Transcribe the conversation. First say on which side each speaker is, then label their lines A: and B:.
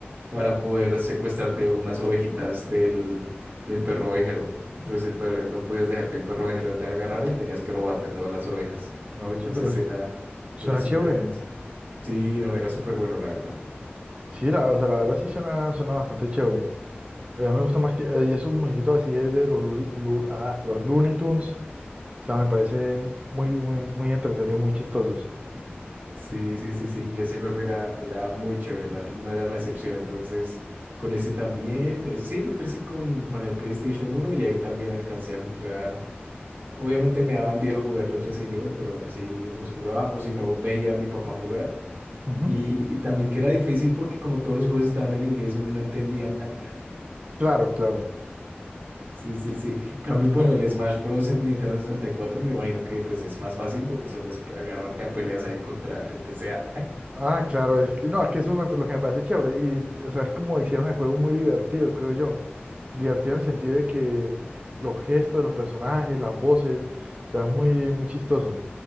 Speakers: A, on the right (about 55°); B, on the right (about 30°).
A: para poder secuestrarte unas ovejitas del, del perro ovejero. Entonces el perro, no podías dejar que el perro ovejero te agarrara y tenías que robarte todas las ovejas.
B: No, oye,
A: Entonces
B: pero
A: era,
B: suena
A: era súper
B: chévere.
A: interesante. Sí, no, era súper bueno, la verdad.
B: Sí, la, o sea, la verdad sí suena, suena bastante chévere. Eh, me gusta más que eh, y esos muñequitos así de, de los, Looney- Lu- ah, los Looney Tunes. O sea, me parecen muy, muy, muy entretenidos, muy chistosos.
A: Sí, sí, sí, sí. Y ese juego era, era muy chévere, la- no era la excepción. Entonces, con ese también. eh, sí, yo crecí con, con el PlayStation uno y ahí también alcancé a jugar. Obviamente me daban miedo jugar los Resident Evil, pero aún así los jugaba. O si no, veía a mi papá jugar.
B: Ujú.
A: Y, y también que era difícil porque como todos los juegos estaban en inglés, uno no entendía nada.
B: Claro, claro.
A: Sí, sí, sí. Cambio, bueno, el Smash Bros. en Nintendo sesenta y cuatro me imagino que pues es más fácil porque solo es agarrarte a peleas ahí contra el que sea,
B: Ah, claro, es que, no, es que eso es lo lo que me parece chévere. Y, o sea, es como hicieron el juego muy divertido, creo yo. Divertido en el sentido de que los gestos de los personajes, las voces, o sea, es muy, muy chistoso.